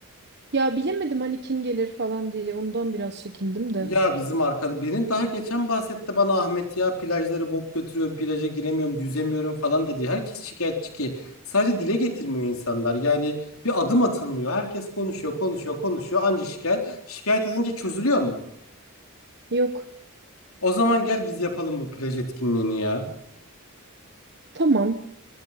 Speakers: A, on the right; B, on the left.
A: ya bilemedim hani kim gelir falan diye ondan biraz çekindim de.
B: Ya bizim arkada benim daha geçen bahsetti bana Ahmet ya plajları bok götürüyor plaja giremiyorum yüzemiyorum falan dedi. Herkes şikayetçi ki sadece dile getirmiyor insanlar yani bir adım atılmıyor. Herkes konuşuyor konuşuyor konuşuyor anca şikayet şikayet edince çözülüyor mu?
A: Yok.
B: O zaman gel biz yapalım bu plaj etkinliğini ya.
A: Tamam,